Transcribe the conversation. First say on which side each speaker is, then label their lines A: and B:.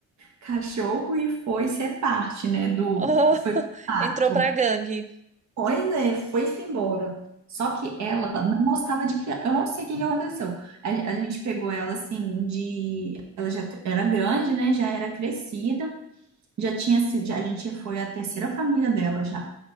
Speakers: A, on the right; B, on the right.
A: cachorro e foi ser parte, né, do...
B: Oh,
A: Foi
B: <laughs>
A: pro mato.
B: entrou pra gangue.
A: Pois é, foi-se embora. Só que ela não gostava de criar. Eu não sei o que que aconteceu. A, a gente pegou ela assim de. Ela já era grande, né? Já era crescida. Já tinha sido. já- a gente foi a terceira família dela já.